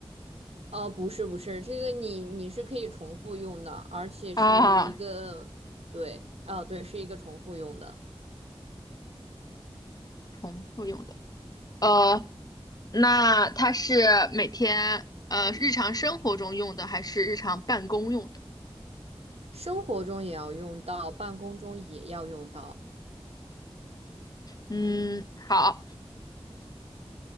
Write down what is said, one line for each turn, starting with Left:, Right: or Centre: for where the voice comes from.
Right: 啊，不是，不是，这个你你是可以重复用的，而且是一个，
Left: 啊？
Right: 对，啊，对，是一个重复用的，
Left: 重复用的，呃，那它是每天呃日常生活中用的，还是日常办公用的？
Right: 生活中也要用到，办公中也要用到，
Left: 嗯，好，